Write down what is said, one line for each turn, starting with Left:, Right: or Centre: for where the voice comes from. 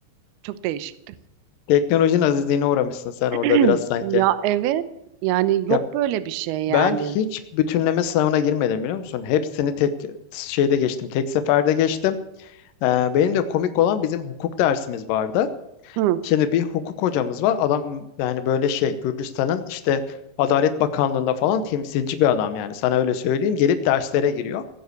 Right: Çok değişikti.
Left: <laughs> Teknolojinin azizliğine uğramışsın sen
Right: <clears throat>
Left: orada biraz sanki.
Right: Ya evet yani yok
Left: Ya
Right: böyle bir şey yani.
Left: ben hiç bütünleme sınavına girmedim biliyor musun? Hepsini tek şeyde geçtim. Tek seferde geçtim. Ee, benim de komik olan bizim hukuk dersimiz vardı.
Right: Hı,
Left: Şimdi bir hukuk hocamız var. Adam yani böyle şey Gürcistan'ın işte Adalet Bakanlığı'nda falan temsilci bir adam yani sana öyle söyleyeyim gelip derslere giriyor.